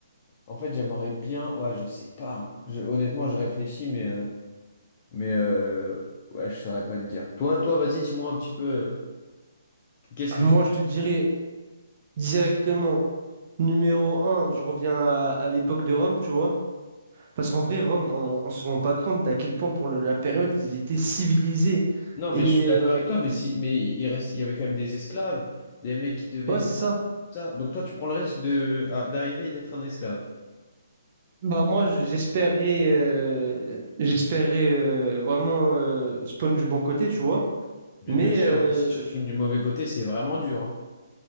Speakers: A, on the left; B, on the right.
A: en fait, j'aimerais bien. Ouais, je sais pas. hein. Je- Honnêtement, je réfléchis, mais, euh, mais euh, ouais, je saurais pas te dire. Toi, toi, vas-y, dis-moi un petit peu. euh, Qu'est-ce
B: <clears throat>
A: que tu.
B: Moi,
A: ferais?
B: je te dirais directement, numéro un je reviens à, à l'époque de Rome, tu vois, parce qu'en vrai, Rome, on ne se rend pas compte d'à quel point, pour le- la période, ils étaient civilisés.
A: Non, mais
B: Et
A: je suis d'accord
B: euh,
A: avec toi, mais
B: et-
A: si, mais il reste, il y avait quand même des esclaves, des mecs qui devaient
B: ouais,
A: se
B: c'est ça.
A: battre, tout ça. Donc toi, tu prends le risque de, à- d'arriver et d'être un esclave.
B: Bah, moi, je- j'espérais euh, j'espérais euh, vraiment euh, spawn du bon côté, tu vois.
A: Bien,
B: Mais
A: bien sûr,
B: euh,
A: mais si tu te tournes du mauvais côté, c'est vraiment dur. hein.